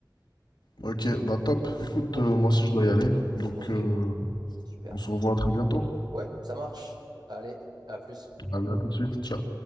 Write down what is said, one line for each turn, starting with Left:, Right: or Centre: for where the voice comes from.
Left: Ok, bah top. Écoute,
Right: Ouais,
Left: euh, moi aussi je dois y aller, donc
Right: ok,
Left: euh,
Right: super.
Left: on se revoit très bientôt.
Right: Ouais, ça marche. Allez, à plus.
Left: À tout de suite. Ciao.